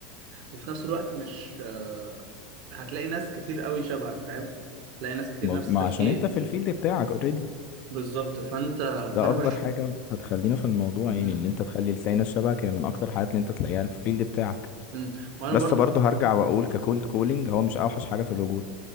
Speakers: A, on the right (about 50°); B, on the left (about 35°).
A: وفي نفس الوقت مش آه، هتلاقي ناس كتير قوي شبهك فاهم هتلاقي ناس كتير
B: مظ-
A: نفس
B: ما
A: التفكير
B: عشان انت في الفيلد بتاعك اوريدي
A: بالظبط فانت
B: ده
A: فانا
B: اكبر
A: بش
B: حاجه هتخلينا في الموضوع يعني
A: مم.
B: اللي انت تخلي تلاقي ناس شبهك هي من اكتر الحاجات اللي انت تلاقيها في الفيلد بتاعك
A: مم. وانا
B: بس
A: برضو
B: برضه هرجع واقول ككولد كولينج هو مش اوحش حاجه في الوجود